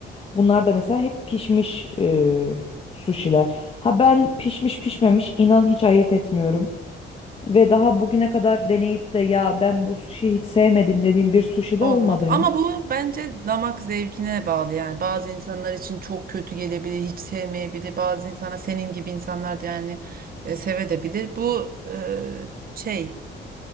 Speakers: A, on the left; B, on the right.
A: Bunlar da mesela hep pişmiş e, suşiler. Ha ben pişmiş pişmemiş inan hiç ayırt etmiyorum. Ve daha bugüne kadar deneyip de ya ben bu suşiyi hiç sevmedim dediğim bir suşi de
B: Olmadı.
A: olmadı henüz.
B: Ama bu bence damak zevkine bağlı yani. Bazı insanlar için çok kötü gelebilir, hiç sevmeyebilir. Bazı insana senin gibi insanlar da yani e, sevebilir. Bu e, şey